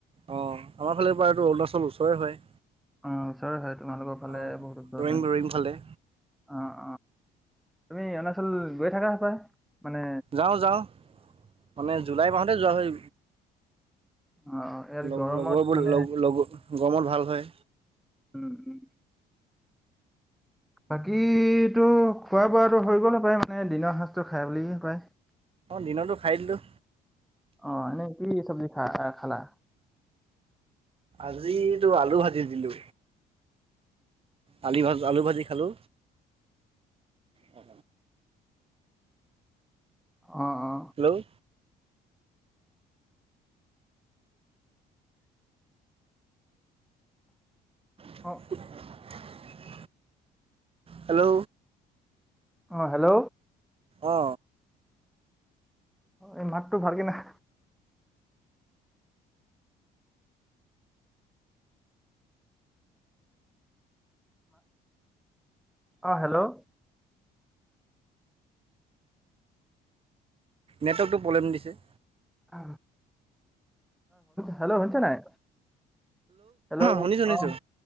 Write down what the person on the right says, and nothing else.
অ আমাৰ ফালে পৰা এইটো অৰুণাচলৰ ওচৰৰে হয়।
অ
ৰইম
ৰইম ফালে।
যাওঁ যাওঁ মানে জুলাই মাহতে যোৱা হয়।
লগৰবোৰ
লগ গৰমত ভাল হয়।
দিনতো খাই দিলোঁ।
আজি আলু ভাজি দিলো। আলি ভাজ আলু ভাজি খালো। অ।
হেল্ল'। <unintelligible>
হেল্ল'।
অ।
নেটৱৰ্কটো প্ৰব্লেম দিছে।
শুনিছোঁ শুনিছোঁ